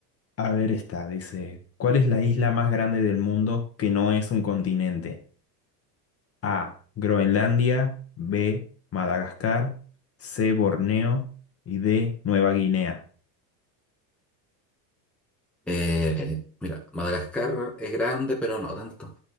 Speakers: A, on the left (about 30°); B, in the centre.
A: A ver esta, dice, ¿cuál es la isla más grande del mundo que no es un continente? A, Groenlandia, B, Madagascar, C, Borneo y D, Nueva Guinea.
B: Eh, mira, Madagascar es grande, pero no tanto.